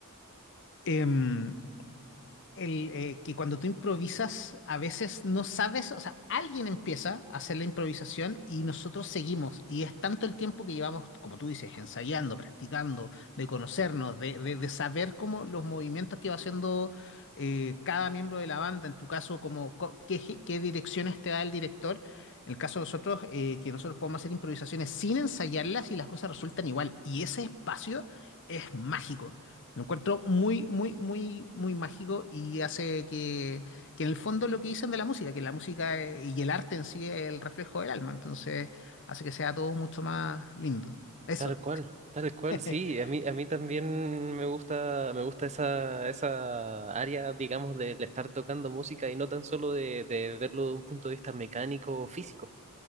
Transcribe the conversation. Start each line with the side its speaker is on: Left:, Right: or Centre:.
Left: Em, el, eh, que cuando tú improvisas, a veces no sabes, o sea, alguien empieza a hacer la improvisación y nosotros seguimos. Y es tanto el tiempo que llevamos, como tú dices, ensayando, practicando, de conocernos, de, de- de saber cómo los movimientos que va haciendo eh, cada miembro de la banda, en tu caso, como, co- qué, ge- qué direcciones te da el director. En el caso de nosotros, eh, que nosotros podemos hacer improvisaciones sin ensayarlas y las cosas resultan igual. Y ese espacio es mágico. Lo encuentro muy, muy, muy, muy mágico y hace que, que en el fondo lo que dicen de la música, que la música eh, y el arte en sí es el reflejo del alma, entonces hace que sea todo mucho más lindo. Eso.
Right: Tal cual, tal cual, sí.
Left: <laughs>
Right: A mí, a mí también me gusta, me gusta esa, esa área, digamos, de estar tocando música y no tan solo de, de verlo de un punto de vista mecánico o físico.